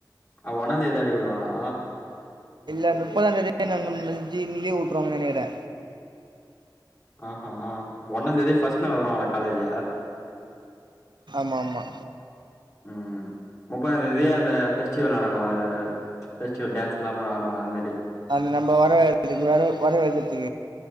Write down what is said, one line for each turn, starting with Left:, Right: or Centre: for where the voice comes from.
Left: ஆ ஒன்னாந் தேதிதா லீவு உடுவாங்களா
Right: இல்ல முப்பதா தேதியே <unintelligible> லீவு விட்டுருவாங்கனு நெனைக்கிறே
Left: ஆ ஹா ஒன்னா தேதியே ஃபர்ஸ்ட் நாள் வருவாங்களா காலேஜ்
Right: ஆமாமா
Left: ம் முப்பதாம் தேதி அந்த ஃபெஸ்டிவல் நடக்கு அந்த ஃபெஸ்டிவல் டான்ஸ்ல்லா கூட ஆடுவாங்க அந்த மேரி
Right: அந்த நம்ப வரவேற்க்குறதுக்கு வர வரவைக்கறதுக்கு